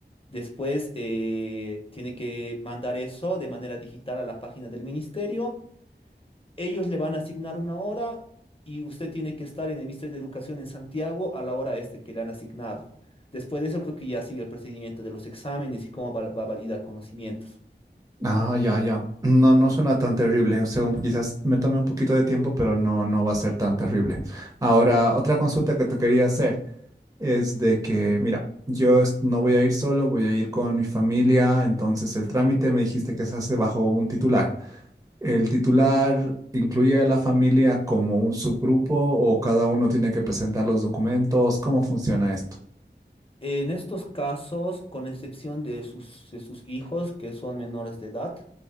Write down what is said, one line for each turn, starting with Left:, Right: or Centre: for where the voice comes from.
Left: Después eh, tiene que mandar eso de manera digital a la página del ministerio. Ellos le van a asignar una hora y usted tiene que estar en el Ministerio de Educación en Santiago a la hora este que le han asignado. Después de eso creo que ya sigue el procedimiento de los exámenes y cómo va, va a validar conocimientos.
Right: Ah, ya, ya. No, no suena tan terrible. O sea, un- quizás me tome un poquito de tiempo, pero no, no va a ser tan terrible. Ahora, otra consulta que te quería hacer es de que, mira, yo es- no voy a ir solo, voy a ir con mi familia. Entonces, el trámite me dijiste que se hace bajo un titular. ¿El titular incluye a la familia como un subgrupo o cada uno tiene que presentar los documentos? ¿Cómo funciona esto?
Left: En estos casos, con excepción de sus, de sus hijos que son menores de edad,